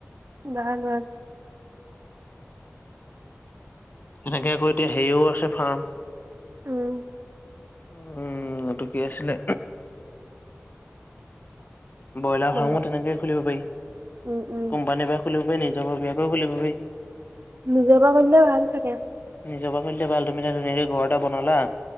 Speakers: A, on the right (about 55°); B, on the left (about 45°).
A: <unintelligible>
B: তেনেকে আকৌ, এতিয়া হেৰিও আছে, ফাৰ্ম।
A: উম!
B: উম, এইটো কি আছিলে? ব্ৰইলাৰ
A: ব'লক
B: ফাৰ্মো তেনেকেই খুলিব পাৰি?
A: উম, উম,
B: কোম্পানীৰ পৰা খুলিব পাৰি, নিজৰ ভগীয়াকেও খুলিব পাৰি।
A: নিজৰ ভাগৰ, নিচিনা ভাল চাগে!
B: নিজৰ পা খুুলিলে ভাল! তুমি এটা ধুনীয়াকে ঘৰ এটা বনালা।